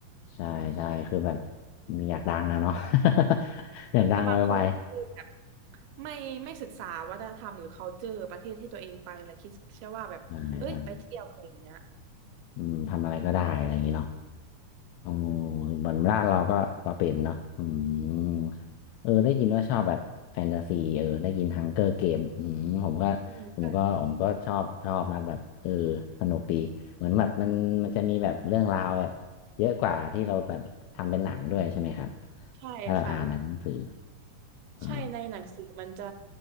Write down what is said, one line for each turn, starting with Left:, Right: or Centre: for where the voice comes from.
Left: ใช่ใช่คือแบบ
Right: อืม
Left: มีอยากดังนะเนาะ <laughs> อยากดังไว
Right: แต่บางคนคือแบบไม่ไม่ศึกษาวัฒนธรรมหรือ culture ประเทศที่ตัวเองไปแล้วคิดเชื่อว่าแบบเอ้ยไปเที่ยวอะไรอย่างเงี้ย
Left: ๆใช่ใช่อืมทำอะไรก็ได้อะไรอย่างนี้เนาะโอ้อ
Right: เออ
Left: เหมือนบ้านเราก็ก็เป็นเนาะอืมเออได้ยินว่าชอบแบบแฟนตาซีเออได้ยินฮังเกอร์เกมอืมผมก็ผมก็ผมก็ชอบชอบนะแบบเออ
Right: อืมใช่
Left: สนุกดีเหมือนแบบมันมันจะมีแบบเรื่องราวแบบเยอะกว่าที่เราแบบทำเป็นหนังด้วยใช่ไหมครับ
Right: ใช่ค่ะ
Left: ถ้าเราอ่านในหนังสืออ๋อ
Right: ใช่ในหนังสือมันจะ